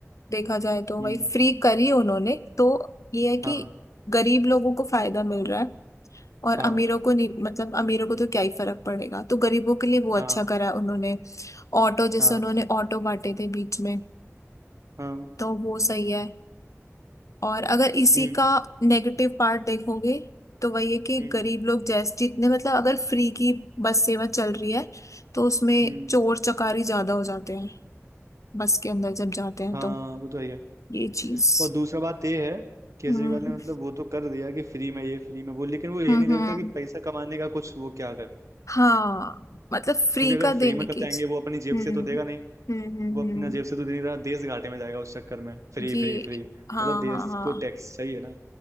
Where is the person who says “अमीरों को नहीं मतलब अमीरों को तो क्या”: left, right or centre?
Left